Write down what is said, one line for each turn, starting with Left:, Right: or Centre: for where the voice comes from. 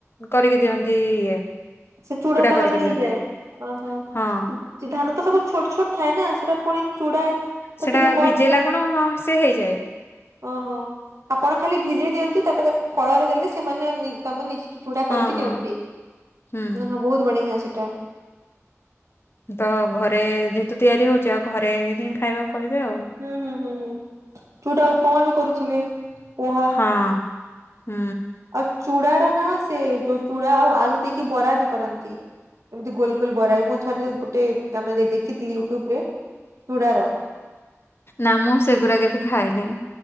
Left: କରିକି ଦିଅନ୍ତି ଇଏ
Right: ସେ ଚୁଡା ତା
Left: କରିକି
Right: ମାନେ ହେଇଯାଏ।
Left: ଦିଅନ୍ତି
Right: ଓହୋ
Left: ହଁ
Right: ଧାନ ତ ସବୁ ଛୋଟ ଛୋଟ ଥାଏ ନା ସେଇଟା ପୁଣି ଚୁଡା ତ
Left: ସେଇଟା
Right: ଟିକେ ବଡ
Left: ଭିଜେଇଲା
Right: ସାଇଜ
Left: କଣ ସେ ହେଇଯାଏ।
Right: ଓହୋ ଆପଣ ଖାଲି ଭିଜେଇ ଦିଅନ୍ତି ତାପରେ ତା କଳରେ ଦେଲେ ସେମାନେ ନି ତମେ ନିଜେ ଚୁଡା କରିକି
Left: ହଁ ହଁ
Right: ଦିଅନ୍ତି,
Left: ହୁଁ
Right: ହଁ ବହୁତ ବଢିଆ ସେଇଟା।
Left: ତ ଘରେ ଯେହେତୁ ତିଆରି ହଉଚି ଆଉ ଘରେ ହିଁ ଖାଇବାକୁ କହିବେ ଆଉ
Right: ହୁଁ- ହୁଁ ଚୁଡ଼ା ଉପମା ବି କରୁଥିବେ ପୁହା
Left: ହଁ, ହୁଁ।
Right: ଆଉ ଚୁଡାର ନା ସେ ଯୋଉ ଚୁଡା ଆଉ ଆଳୁ ଦେଇକି ବରା ବି କରନ୍ତି। ଏମିତି ଗୋଲ ଗୋଲ ବରାଏ ମୁଁ ଥରେ ଗୋଟେ ତମେ ଦେଇ ଦେଖିଥିଲି ୟୁଟ୍ୟୁବରେ ଚୁଡାର
Left: ନା ମୁଁ ସେଗୁରା କେବେ ଖାଇନି।